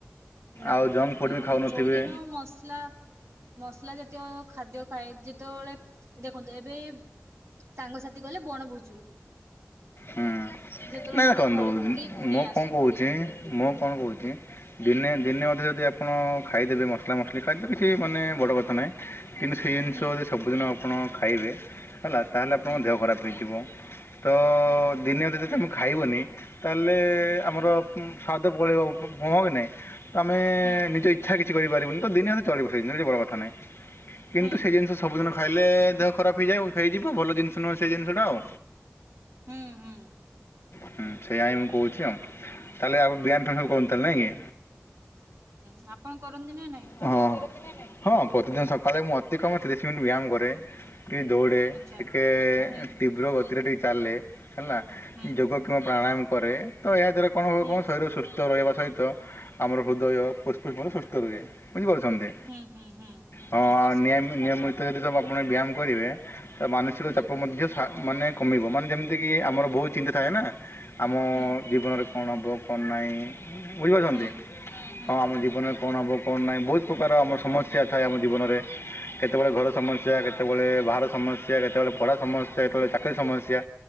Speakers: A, on the right; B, on the left.
A: ନାଇଁ
B: ଆଉ ଜଙ୍କ୍ ଫୁଡ଼୍
A: ନାଇଁ
B: ବି ଖାଉନଥିବେ
A: ଯୋଉଦିନ ମସଲା ମସଲା ଜାତୀୟ ଖାଦ୍ୟ ଖାଏ ଯେତେବେଳେ ଦେଖନ୍ତୁ ଏବେ ସାଙ୍ଗସାଥି ଗଲେ ବଣଭୋ
B: ହୁଁ
A: ଯେତେବେଳେ
B: ନା ନା
A: ନହେଲେ
B: ଦେଖନ୍ତୁ
A: ଘରକୁ କିଏ କୁଣିଆ
B: ମୁଁ କଣ
A: ଆସନ୍ତି
B: କହୁଚି ମୁଁ କଣ କହୁ ହୁଁ ଦିନେ ଦିନେ ଅଧେ ଯଦି ଆପଣ ଖାଇଦେବେ ମସଲା ମସଲି ଖାଦ୍ୟ କିଛି ମାନେ ବଡ଼ କଥା ନାହିଁ। କିନ୍ତୁ ସେ ଜିନିଷ
A: ହୁଁ
B: ଯଦି ସବୁଦିନ ଆପଣ ଖାଇବେ ହେଲା ତାହେଲେ ଆପଣଙ୍କ
A: ହୁଁ
B: ଦେହ ଖରାପ୍ ହେଇଯିବ। ତ ଦିନେ ଅଧେ ଯଦି ତମେ
A: ହୁଁ
B: ଖାଇବନି ତାହେଲେ ଆମର ହୁଁ ସ୍ଵାଦ ପଳେଇବ ମହକେ ନାଇଁ ତମେ
A: ହୁଁ।
B: ନିଜ ଇଚ୍ଛା କି କିଛି କରିପାରିବନି ତ ଦିନେ ଅଧେ ଚଳିବ କିଛି ବଡ଼ କଥା ନାହିଁ କିନ୍ତୁ
A: ହୁଁ
B: ସେ ଜିନିଷ ସବୁ ଦିନ। ଖାଇଲେ ଦେହ ଖରାପ୍ ହେଇଯାଏ ହେଇଯିବ ଭଲ ଜିନିଷ ନୁହେଁ ସେ ଜିନିଷଟା ଆଉ।
A: ହୁଁ ହୁଁ।
B: ହୁଁ ସେୟାଇ ମୁଁ କହୁଚି ଆଉ ତାହେଲେ ଆଉ ବିହାନ ଫିଆନ <inaudible> ନା କି।
A: ସାପଣ କରନ୍ତି ନାଇଁ?
B: ହଁ ହଁ ପ୍ରତିଦିନ ସକାଳେ ମୁଁ ଅତି କମ୍ ତିରିଶ ମିନିଟ୍ ବ୍ୟାୟାମ କରେ। ଟିକେ ଦୌଡ଼େ
A: ଆଚ୍ଛା
B: ଟିକେ
A: ହୁଁ
B: ତୀବ୍ର ଗତିରେ ଟିକେ ଚାଲେ ହେଲା
A: ହୁଁ
B: ଯୋଗ କି ପ୍ରାଣାୟାମ କରେ ତ ଏହା ଦ୍ୱାରା କଣ ହୁଏ
A: ହୁଁ
B: ଶରୀର ସୁସ୍ଥ ସୁସ୍ଥ ରହିବା ସହିତ ଆମର ହୃଦୟ ପୁଷ୍ପୁଷ୍ପ ସୁସ୍ଥ ରୁହେ ବୁଝି କରୁଛନ୍ତି।
A: ହୁଁ ହୁଁ ହୁଁ
B: ହଁ ଆଉ
A: ଆଚ୍ଛା
B: ନିୟାମ ନିୟମିତ ଯଦିୁ ଆପଣ ବ୍ୟାୟାମ କରିବେ। ତା ମାନସିକ
A: ହୁଁ
B: ଚାପ ମଧ୍ୟ ସା ମାନେ କମିବ ମାନେ ଯେମିତିକି ଆମର ବହୁତ୍ ଚିନ୍ତା ଥାଏ ନା। ଆମ
A: ହୁଁ
B: ଜୀବରେ କଣ ହବ କଣ ନାଇଁ? ବୁଝିପାରୁଚନ୍ତି
A: ହୁଁ ହୁଁ
B: ହଁ ଆମ ଜୀବନରେ କଣ ହବ? କଣ ନାହିଁ ବହୁତ୍ ପ୍ରକାର ଆମ ସମସ୍ୟା ଥାଏ ଆମ ଜୀବନରେ କେତେବେଳେ ଘର ସମ ସମସ୍ୟା କେତେବେଳେ ବାହାର ସମସ୍ୟା କେତେବେଳେ ପଢ଼ା ସମସ୍ୟା କେତେବେଳେ ଚାକିରୀ ସମସ୍ୟା।